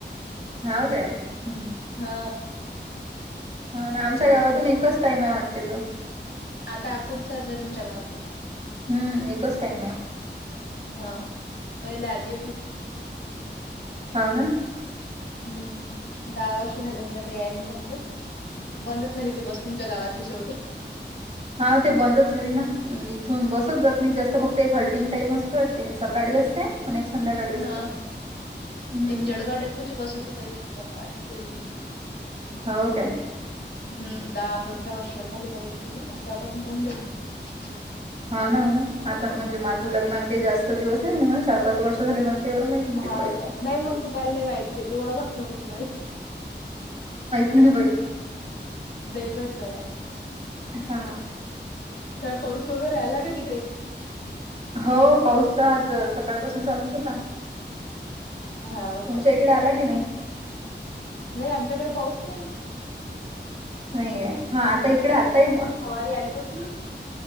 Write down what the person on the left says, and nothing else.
हा
बस
घेऊन
आता कुठचचंय तुमच्या गावातून
हा पहिले आदि
हम्म दहा वर्ष झालं म्हणजे आता <unintelligible> झाली ते वस्तूंच्या गावातले शेवटी
हा
एक जळगाव <unintelligible> बस हुती पहिले चंग फेज होती
हम्म दहा पंधरा वर्ष झाली त्या गोष्टीला तेव्हापासून <inaudible>
हा का नाही मग तुम्हाला नाही माहिती त्याची ओळखच नाही मग तुम्हाला
ते बरोबराय
काय पाऊस वगैरे आला का तिकडे
हा हो
नई आमच्याकडे पाऊस नई
फवारी आली होती